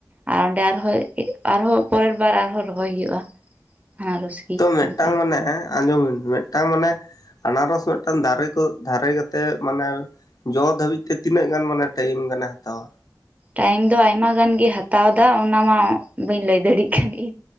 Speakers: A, on the right; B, on the left.
A: ᱟᱨ ᱚᱱᱰᱮ ᱟᱨᱦᱚᱸ ᱟᱨᱦᱚ ᱯᱚᱨᱮᱨ ᱵᱟᱨ ᱟᱨᱦᱚᱸ ᱨᱚᱦᱚᱭ ᱦᱩᱭᱩᱜᱼᱟ ᱟᱱᱟᱨᱚᱥ ᱜᱮ
B: ᱛᱳ ᱢᱮᱫᱴᱟᱝ
A: ᱚᱱᱠᱟ
B: ᱢᱮᱱᱮᱜ ᱟ ᱟᱸᱡᱚᱢ ᱵᱤᱱ ᱢᱮᱫᱴᱟᱝ ᱢᱟᱱᱮ ᱟᱱᱟᱨᱚᱥ ᱢᱤᱫᱴᱟᱱ ᱫᱟᱨᱮ ᱠᱚ ᱫᱟᱨᱮ ᱠᱟᱛᱮ ᱢᱟᱱᱮ ᱡᱚ ᱫᱷᱟᱹᱵᱤᱡ ᱛᱮ ᱛᱤᱱᱟᱹᱜ ᱜᱟᱱ ᱢᱟᱱᱮ ᱴᱟᱭᱤᱢ ᱜᱟᱱᱮ ᱦᱟᱛᱟᱣᱟ
A: ᱴᱟᱭᱤᱢ ᱫᱚ ᱟᱭᱢᱟ ᱜᱟᱱ ᱜᱤ ᱦᱟᱛᱟᱣ ᱫᱟ ᱚᱱᱟ ᱢᱟ ᱵᱟᱹᱧ ᱞᱟᱹᱭ ᱫᱟᱲᱤᱜ ᱠᱟᱱ